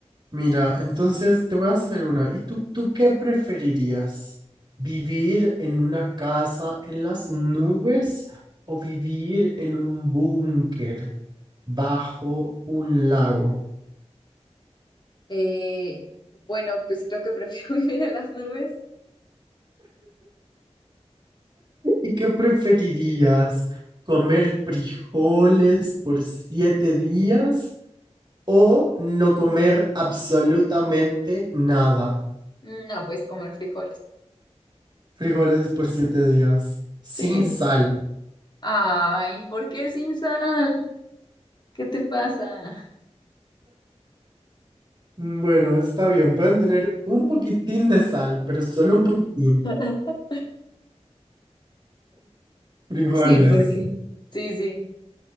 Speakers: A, on the right; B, on the left.
A: mira, entonces te voy a hacer una. ¿Y tú, tú qué preferirías? ¿Vivir en una casa en las nubes o vivir en un búnker bajo un lago?
B: Eh, bueno, pues creo que prefiero <laughs> vivir en las nubes.
A: ¿Y qué preferirías? ¿Comer frijoles por siete días o no comer absolutamente nada?
B: No, pues comer frijoles.
A: Frijoles por siete días, sin
B: Sí.
A: sal.
B: Ay, ¿por qué sin sal? ¿Qué te pasa?
A: Mm, Bueno, está bien, pueden tener un poquitín de sal, pero solo un poquitín.
B: <laughs>
A: Frijoles.
B: Sí, porque. Sí, sí.